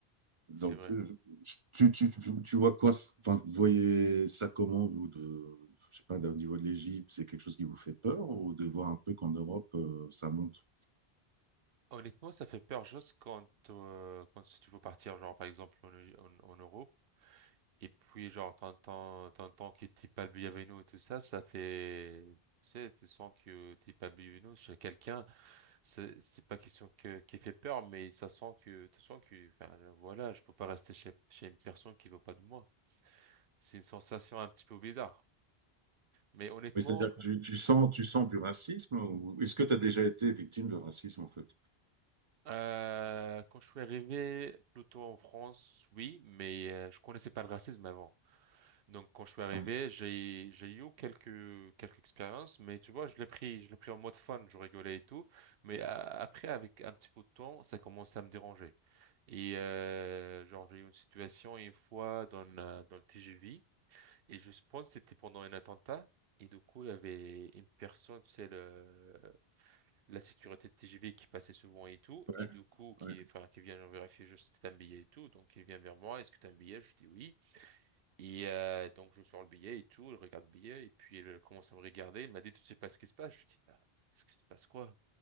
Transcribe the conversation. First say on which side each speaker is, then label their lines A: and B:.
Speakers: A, on the right; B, on the right.
A: Donc,
B: c'est vrai.
A: euh, tu, tu, tu- vois quoi, enfin, vous voyez ça comment, vous, de, je sais pas, au niveau de l'Égypte, c'est quelque chose qui vous fait peur ou de voir un peu qu'en Europe, euh, ça monte?
B: Honnêtement, ça fait peur juste quand, euh, quand tu veux partir, genre par exemple en, en, en Europe, et puis genre t'entends, t'entends que t'es pas le bienvenu et tout ça, ça fait, tu sais, tu sens que t'es pas le bienvenu chez quelqu'un, c'est c'est pas question que, qui fait peur, mais ça sent que, tu sens que, enfin voilà, je peux pas rester chez, chez une personne qui veut pas de moi. C'est une sensation un petit peu bizarre. Mais honnêtement,
A: Oui, c'est-à-dire que tu, tu sens, tu sens du racisme ou est-ce que tu as déjà été victime de racisme, en fait?
B: Euh, quand je suis arrivé plutôt en France, oui, mais euh, je connaissais pas le racisme avant. Donc quand je suis arrivé,
A: Ah,
B: j'ai j'ai eu quelques quelques expériences, mais tu vois, je l'ai pris je l'ai pris en mode fun, je rigolais et tout. Mais euh, après, avec un petit peu de temps, ça commençait à me déranger. Et euh, genre j'ai eu une situation une fois dans le- dans le TGV et je pense que c'était pendant un attentat. Et du coup, il y avait une personne, tu sais, le, la sécurité de TGV qui passait souvent et tout,
A: ouais,
B: et du coup, qui,
A: ouais,
B: enfin, qui vient vérifier juste si t'as un billet et tout, donc il vient vers moi, est-ce que t'as un billet? Je dis oui. Et euh, donc je sors le billet et tout, il regarde le billet, et puis il commence à me regarder, il m'a dit, tu sais pas ce qui se passe? Je dis, bah, ce qui se passe quoi?